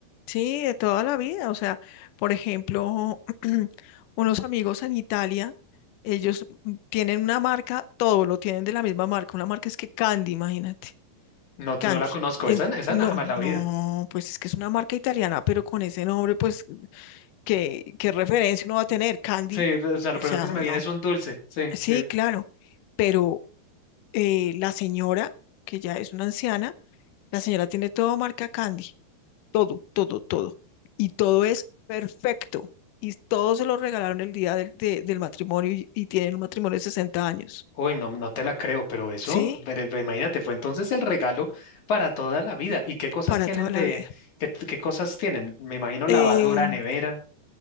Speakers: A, on the left (about 75°); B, on the left (about 50°).
A: Sí, de toda la vida, o sea, por ejemplo, <clears throat> unos amigos en Italia, ellos mm, tienen una marca, todo lo tienen de la misma marca, una marca es que Candy, imagínate,
B: No,
A: Candy.
B: no la conozco,
A: En-
B: esa, esa
A: no,
B: no- jamás la he
A: no,
B: oído.
A: pues es que es una marca italiana, pero con ese nombre, pues, ¿qué, qué referencia uno va a tener? Candy,
B: Sí, o sea, lo
A: o
B: primero
A: sea,
B: que se
A: no.
B: me viene es un dulce, sí.
A: Sí,
B: que-
A: claro, pero eh, la señora, que ya es una anciana, La señora tiene todo marca Candy, todo, todo, todo. Y todo es perfecto. Y todo se lo regalaron el día del, de- del matrimonio y, y tienen un matrimonio de 60 años,
B: uy, no, no te la creo, pero eso,
A: ¿sí?
B: pero, pero imagínate, fue entonces el regalo para toda la vida. ¿Y qué cosas
A: Para
B: tienen
A: toda
B: de,
A: la vida.
B: qué, qué cosas tienen? Me imagino
A: Em,
B: lavadora, nevera,